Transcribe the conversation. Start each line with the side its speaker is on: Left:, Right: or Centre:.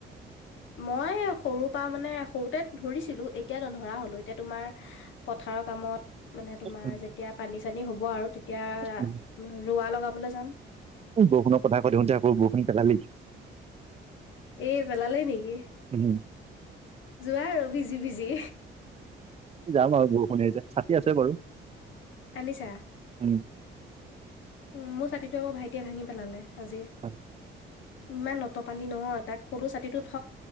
Left: মই সৰুৰ পৰা মানে সৰুতে ধৰিছিলো এতিয়া নধৰা হ'লো, এতিয়া তোমাৰ- পথাৰৰ কামত- মানে তোমাৰ
Right: উম
Left: যেতিয়া পানী চানী হ'ব আৰু তেতিয়া
Right: উম।
Left: ৰোৱা লগাবলৈ যাম।
Right: বৰষুণৰ কথা কৈ থাকোঁতে আকৌ বৰষুণ পেলালেই।
Left: এ পেলালেই নেকি
Right: উম
Left: যোৱা আৰু ভিজি ভিজি।
Right: যাম আৰু বৰষুণ এৰিলে ছাতি আছে বাৰু।
Left: আনিছা।
Right: উম
Left: উম মোৰ ছাতিটোৱে আকৌ ভাইটিয়ে ভাঙি পেলালে আজি।
Right: হয়।
Left: ইমান অতপালি নহয় তাক কোলো ছাতিটো থ